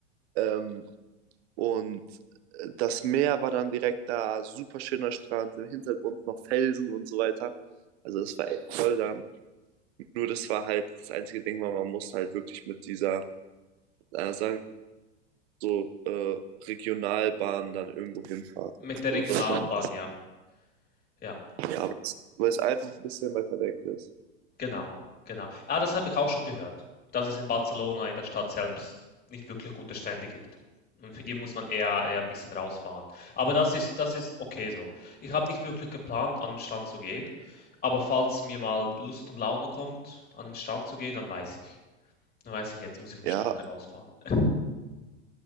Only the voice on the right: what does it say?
Ähm, und äh, das Meer war dann direkt da, super schöner Strand, im Hintergrund noch Felsen und so weiter. Also das war echt toll da. Nur das war halt das einzige Ding, weil man musste halt wirklich mit dieser, äh, sagen so äh, Regionalbahnen dann irgendwo hinfahren.
Also
das schon,
ja, weil es- weil es einfach ein bisschen weiter weg ist.
Ja,